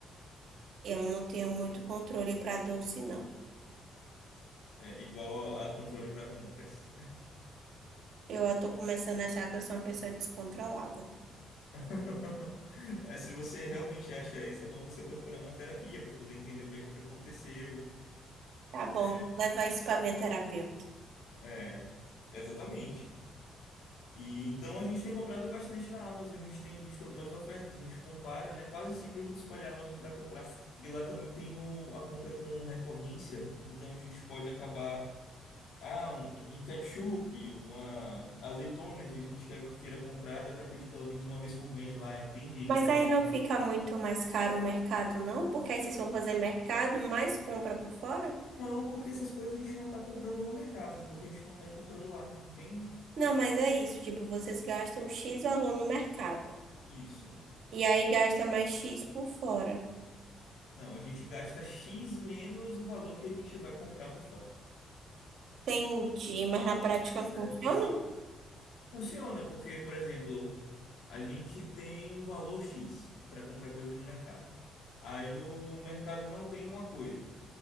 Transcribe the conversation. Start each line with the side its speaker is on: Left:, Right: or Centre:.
Right: eu não tenho muito controle para doce, não.
Left: É igual a, a controle para compras.
Right: Eu tô começando a achar que eu sou uma pessoa descontrolada.
Left: <laughs> É, se você realmente acha isso, é bom você procurar uma terapia para poder entender o que, é que aconteceu,
Right: Tá bom,
Left: É,
Right: levar isso para minha terapeuta.
Left: é, exatamente. E então a gente tem comprado bastante na Amazon, a gente tem visto algumas ofertas, a gente compara, né? Quase sempre a gente escolhe a Amazon para comprar. E lá também tem o, a compra com recorrência, então a gente pode acabar, ah, um, um um ketchup, uma azeitona que a gente quer, queira comprar, dá para pedir pelo menos uma vez por mês lá, entende? Eles
Right: Mas
Left: mandam.
Right: aí não fica muito mais caro o mercado, não? Porque aí vocês vão fazer mercado mais compra por fora?
Left: Não, porque essas coisas a gente não está comprando no mercado, porque a gente não está encontrando lá, entende?
Right: Não, mas é isso, tipo, vocês gastam X valor no mercado
Left: Isso.
Right: e aí gasta mais X por fora.
Left: Não, a gente gasta X menos o valor que a gente vai comprar por fora.
Right: Entendi, mas na prática
Left: Essa
Right: funciona?
Left: é a relação. Funciona, porque, por exemplo, a gente tem um valor X para comprar coisas no mercado. Aí no mercado não tem uma coisa.